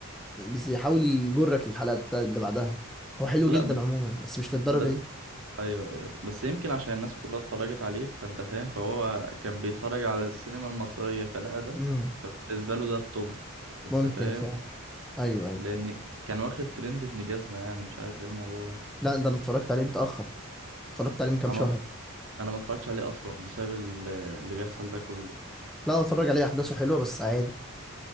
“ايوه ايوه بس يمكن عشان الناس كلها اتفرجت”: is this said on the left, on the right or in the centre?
Right